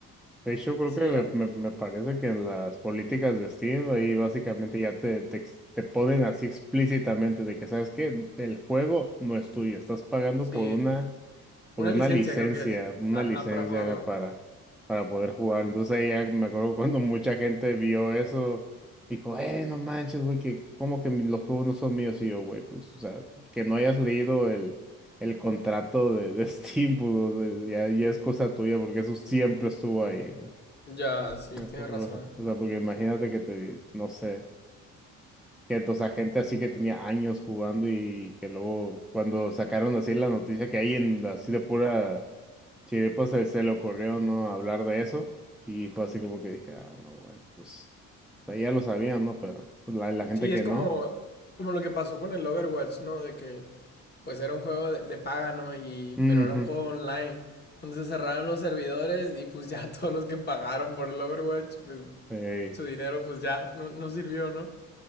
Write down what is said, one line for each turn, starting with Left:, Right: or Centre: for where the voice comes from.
Centre: De hecho, creo
Left: Sí,
Centre: que me,
Left: a-
Centre: me- me parece que en las políticas de Steam ahí básicamente ya te, te, ex- te ponen así explícitamente de que, ¿sabes qué? El juego no es tuyo, estás pagando
Left: sí,
Centre: por una por
Left: una
Centre: una
Left: licencia
Centre: licencia,
Left: creo que es.
Centre: una
Left: Ajá,
Centre: licencia
Left: para jugarlo.
Centre: para, para poder jugar. Entonces ahí ya me acuerdo cuando mucha gente vio eso, dijo, eh, no manches, güey, que como que mi- los juegos no son míos y yo, güey, pues, o sea, que no hayas leído el, el contrato de, de <laughs> Steam, pues, o sea, ya, ya es cosa tuya, porque eso siempre estuvo ahí, güey.
Left: Ya, sí,
Centre: Pero,
Left: tienes
Centre: pues, O
Left: razón.
Centre: sea, o sea, porque imagínate que te, no sé, que entonces a gente así que tenía años jugando y que luego cuando sacaron así la noticia que hay en así de pura Sí, después se, se le ocurrió no hablar de eso y fue así como que dije, ah, no, bueno, pues o sea, ya lo sabían, ¿no? Pero pues, la, la gente
Left: Sí,
Centre: que
Left: es como,
Centre: no.
Left: como lo que pasó con el Overwatch, ¿no? De que pues era un juego de, de paga, ¿no? Y,
Centre: ujú,
Left: pero era un juego online. Entonces cerraron los servidores y pues ya <laughs> todos los que pagaron por el Overwatch, pues
Centre: eh,
Left: su dinero pues ya no, no sirvió, ¿no?